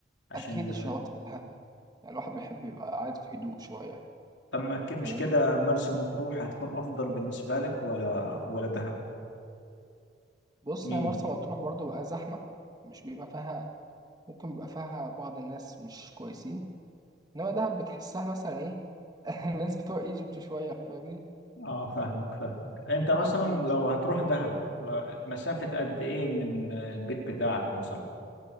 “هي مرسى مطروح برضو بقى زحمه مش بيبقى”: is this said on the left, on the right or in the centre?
Right